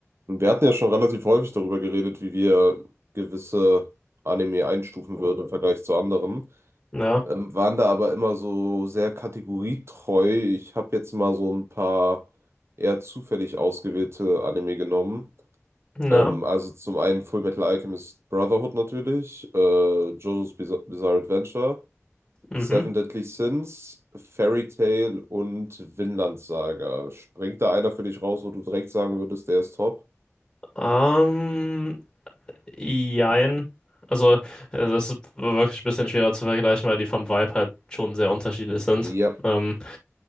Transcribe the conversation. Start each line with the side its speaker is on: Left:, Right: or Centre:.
Right: Und Wir hatten ja schon relativ häufig darüber geredet, wie wir gewisse Anime einstufen würden im Vergleich zu anderen.
Left: Na,
Right: Ähm, waren da aber immer so sehr kategorietreu. Ich habe jetzt mal so ein paar eher zufällig ausgewählte Anime genommen.
Left: na,
Right: Ähm, also zum einen Fullmetal Alchemist Brotherhood natürlich, äh, JoJo's Bizarre, Bizarre Adventure,
Left: mhm.
Right: Seven Deadly Sins, Fairy Tail und Vinland Saga. Springt da einer für dich raus, wo du direkt sagen würdest, der ist top?
Left: Ähm, jein. Also, äh, das ist wirklich ein bisschen schwerer zu vergleichen, weil die vom Vibe halt schon sehr unterschiedlich sind.
Right: Ja.
Left: Ähm,